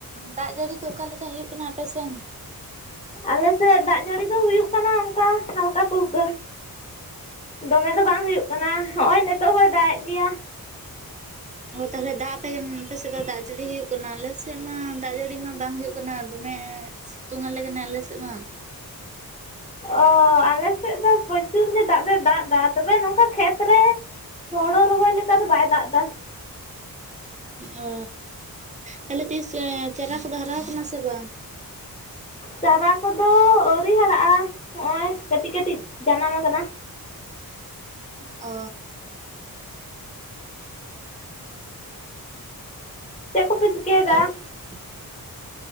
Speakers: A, on the right (about 20°); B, on the left (about 20°).
A: ᱫᱟᱜ ᱡᱟᱹᱲᱤ ᱠᱚ ᱚᱠᱟ ᱞᱮᱠᱟ ᱦᱩᱭᱩᱜ ᱠᱟᱱᱟ ᱟᱯᱮᱥᱮᱱ?
B: ᱟᱞᱮᱥᱮᱱ ᱫᱟᱜ ᱡᱟᱹᱲᱤ ᱫᱚ ᱦᱩᱭᱩᱜ ᱠᱟᱱᱟ ᱚᱱᱠᱟᱼᱼ ᱦᱟᱞᱠᱟ ᱯᱷᱩᱞᱠᱟᱹ, ᱫᱚᱢᱮ ᱫᱚ ᱵᱟᱝ ᱦᱩᱭᱩᱜ ᱠᱟᱱᱟ ᱾ ᱦᱚᱜᱼᱚᱭ ᱱᱤᱛᱚᱜ ᱦᱚᱸᱭ ᱫᱟᱜᱮᱫ ᱜᱮᱭᱟ ᱾
A: ᱚ ᱛᱟᱦᱚᱞᱮ ᱫᱟᱜ ᱯᱮ ᱟᱯᱮᱥᱮᱫ ᱫᱚ ᱫᱟᱜ ᱡᱟᱹᱲᱤ ᱦᱩᱭᱩᱜ ᱠᱟᱱᱟ ᱟᱞᱮᱥᱮᱫ ᱢᱟ ᱫᱟᱜ ᱡᱟᱹᱲᱤ ᱢᱟ ᱵᱟᱝ ᱦᱩᱭᱩᱜᱼᱼ ᱠᱟᱱᱟ ᱫᱚᱢᱮ, ᱥᱤᱛᱩᱝ ᱟᱞᱮ ᱠᱟᱱᱟ ᱟᱞᱮ ᱥᱮᱫ ᱢᱟ ᱾
B: ᱚᱻ ᱟᱞᱮ ᱥᱮᱫ ᱫᱚ ᱯᱨᱚᱪᱩᱨ ᱜᱮ ᱫᱟᱜ ᱫᱚ ᱫᱟᱜ ᱮᱫᱟ ᱛᱚᱵᱮ ᱱᱚᱝᱠᱟ ᱠᱷᱮᱛᱼᱼ ᱠᱚᱨᱮ ᱦᱳᱲᱩ ᱨᱚᱦᱚᱭ ᱞᱮᱠᱟ ᱫᱚ ᱵᱟᱭ ᱫᱟᱜ ᱮᱫᱟ ᱾
A: ᱚ, ᱛᱟᱦᱚᱞᱮ ᱛᱤᱥ ᱪᱟᱨᱟ ᱠᱚᱫᱚ ᱦᱟᱨᱟ ᱠᱟᱱᱟ ᱥᱮ ᱵᱟᱝ?
B: ᱪᱟᱨᱟ ᱠᱚᱫᱚ ᱟᱹᱣᱨᱤ ᱦᱟᱨᱟᱜᱼᱟ, ᱱᱚᱜᱼᱚᱭ ᱠᱟᱹᱴᱤᱡ ᱠᱟᱹᱴᱤᱡ ᱡᱟᱱᱟᱢ ᱟᱠᱟᱱᱟ ᱾
A: ᱚ
B: ᱪᱮᱫ ᱠᱚᱯᱮᱼᱼ
A: ᱛᱟᱦ <unintelligible>
B: <unintelligible>